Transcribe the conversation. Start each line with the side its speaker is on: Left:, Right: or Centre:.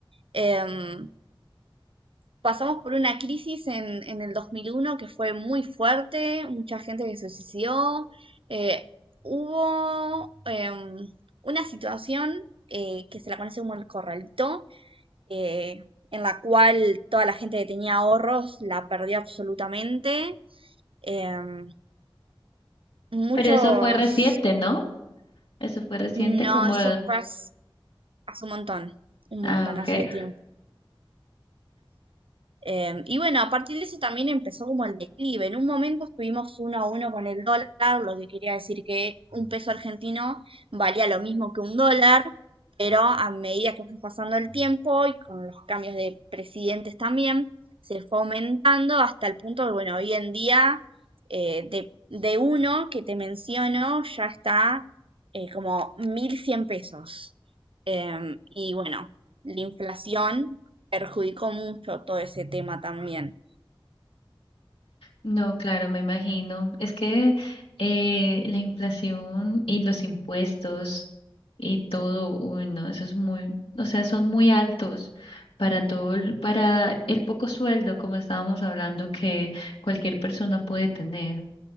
Right: Em, pasamos por una crisis en, en el 2001 que fue muy fuerte, mucha gente que se suicidó, eh, hubo em, una situación eh, que se la conoce como el corralito, eh, en la cual toda la gente que tenía ahorros la perdió absolutamente. em, muchos
Left: Pero eso fue reciente, ¿no? Eso fue reciente
Right: No,
Left: como...
Right: eso fue hace, hace un montón, un
Left: Ah,
Right: montonazo
Left: ok.
Right: de tiempo. Em, y bueno, a partir de eso también empezó como el declive. En un momento estuvimos uno a uno con el dólar, lo que quería decir que un peso argentino valía lo mismo que un dólar, pero a medida que fue pasando el tiempo y con los cambios de presidentes también, se fue aumentando hasta el punto de, bueno, hoy en día eh, de, de uno que te menciono ya está eh, como 1.100 pesos. Em, y bueno, la inflación perjudicó mucho todo ese tema también.
Left: No, claro, me imagino. Es que eh, la inflación y los impuestos y todo, uy, no, eso es muy, o sea, son muy altos para todo, el- para el poco sueldo, como estábamos hablando, que cualquier persona puede tener.